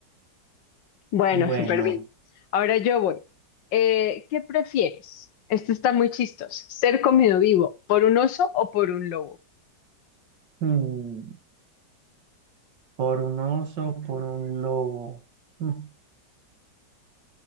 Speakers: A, on the left (about 85°); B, on the right (about 75°).
A: Bueno,
B: Bueno,
A: súper bien. Ahora yo voy. Eh, ¿qué prefieres? Esto está muy chistoso. ¿Ser comido vivo por un oso o por un lobo?
B: hmm, por un oso, por un lobo. Hmm,